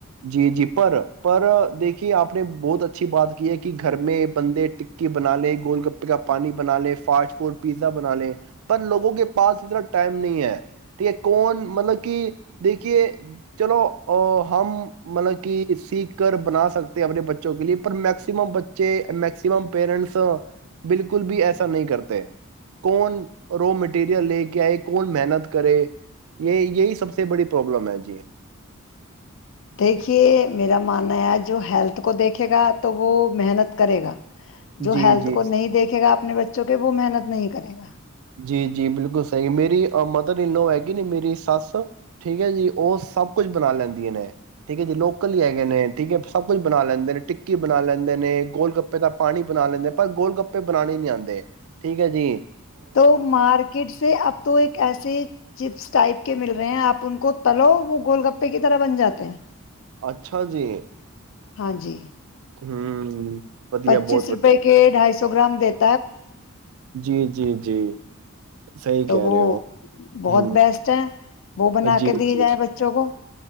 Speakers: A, on the right; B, on the left.
A: جی جی پر پر دیکھیے آپ نے بہت اچھی بات کی ہے کہ گھر میں بندے ٹکی بنا لیں گول گپے کا پانی بنا لیں فاسٹ فوڈ پیزا بنا لیں پر لوگوں کے پاس اتنا ٹائم نہیں ہے ٹھیک ہے کون مطلب کہ دیکھیے چلو ہم مطلب کہ سیکھ کر بنا سکتے اپنے بچوں کے لیے پر میکسمم بچے میکسیمم پیرنٹس بالکل بھی ایسا نہیں کرتے کون رو مٹیریل لے کے آئے کون محنت کرے یہ یہی سب سے بڑی پروابلم ہے جی
B: دیکھیے میرا ماننا ہے جو ہیلتھ کو دیکھے گا تو وہ محنت کرے گا جو
A: جی
B: ہیلتھ
A: جی
B: کو نہیں دیکھے گا اپنے بچوں کے وہ محنت نہیں کرے گا
A: جی جی بالکل سحی میری مدر انو ہے گی ن میری سس ٹھیک ہے جی وہ سب کچھ بنا لیندیا نے ٹھیک ہے جی لوکل ہی ہےگ ہیں ٹھیک ہے سب کچھ بنا لینے نے ٹکی بنا لینے نے گول گپے کا پانی بنا لینے پر گول گپے بناانے ہی نہیں آتے ٹھیک ہے جی
B: تو مارکیٹ سے اب تو ایک ایسے چپس ٹائپ کے مل رہے ہیں آپ ان کو تلو وہ گول گپے کی طرح بن جاتے ہیں
A: اچھا جی
B: ہاں جی
A: ہوں ودیا
B: پچیس
A: بہت ودیا
B: روپے کے ڈھائی سو سو گرام دٹ
A: جی جی جی صحیح
B: تو
A: کہہ
B: وہ
A: رہے ہو
B: بہت
A: ہ
B: بیسٹ ہے وہ بنا
A: جی
B: کے دیے
A: جی
B: جائیں بچوں کو